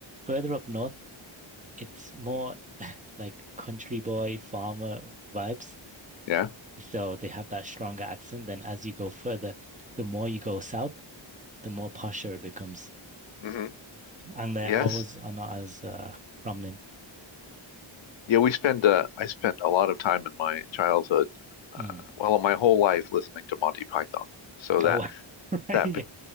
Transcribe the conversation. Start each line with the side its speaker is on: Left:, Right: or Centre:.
Right: further up north, it's more like country boy, farmer vibes.
Left: Yeah.
Right: So they have that stronger accent. Then as you go further, the more you go south, the more posher it becomes.
Left: hmm
Right: And their
Left: Yes.
Right: O's are not as uh, prominent.
Left: Yeah, we spend uh I spent a lot of time in my childhood, uh,
Right: Mm.
Left: well, my whole life listening to Monty Python. So that
Right: Oh, <laughs> right.
Left: that
Right: Yeah.
Left: but